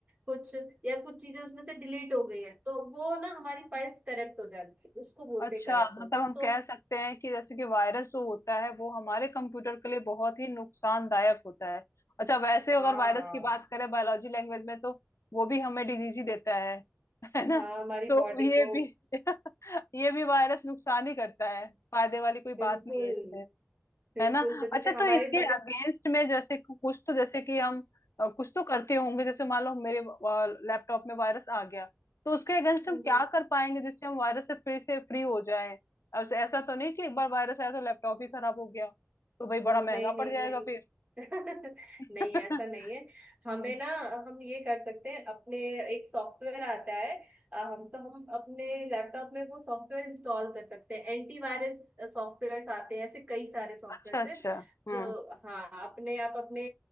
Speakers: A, on the right (about 30°); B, on the left (about 70°).
A: कुछ या कुछ चीजें उसमें से डिलीट हो गई है तो वो ना हमारी फाइल्स करप्ट हो जाती है उसको बोलते
B: अच्छा
A: हैं करप्ट होना
B: मतलब हम
A: तो
B: कह सकते हैं कि जैसे कि वायरस जो होता है वो हमारे कंप्यूटर के लिए बहुत ही नुकसानदायक होता है अच्छा वैसे अगर
A: हाँ
B: वायरस की बात करें बायोलॉजी लैंग्वेज में तो वो भी हमें डिजीज ही देता है <laughs> है ना
A: हाँ हमारी
B: तो
A: बॉडी
B: ये
A: को
B: भी <laughs> ये भी वायरस नुकसान ही करता है फायदे वाली कोई
A: बिल्कुल
B: बात नहीं है
A: बिल्कुल
B: है ना
A: तो
B: अच्छा
A: जैसे हमारी
B: तो इसके अगेंस्ट में जैसे कु- कुछ तो जैसे कि हम अ, कुछ तो करते होंगे जैसे मान लो मेरे लैपटॉप में वायरस आ गया तो उसके अगेंस्ट
A: तबीयत
B: हम क्या कर पाएंगे जिससे हम वायरस से फिर से फ्री हो जाए ऐसा तो नहीं कि एक बार वायरस आया तो लैपटॉप ही खराब हो गया तो भाई
A: नहीं
B: बड़ा महंगा
A: नहीं
B: पड़ जाएगा
A: नहीं
B: फिर
A: <laughs>
B: <laughs>
A: नहीं ऐसा नहीं है
B: हम्म,
A: हमें ना हम ये कर सकते हैं अपने एक सॉफ्टवेयर आता है अ, हम तो हम अपने लैपटॉप में वो सॉफ्टवेयर इंस्टॉल कर सकते हैं एंटीवायरस सॉफ्टवेयर्स आते हैं ऐसे कई सारे सॉफ्टवेयर्स
B: अच्छा अच्छा
A: हैं
B: हम्म
A: जो हाँ अपने आप अपने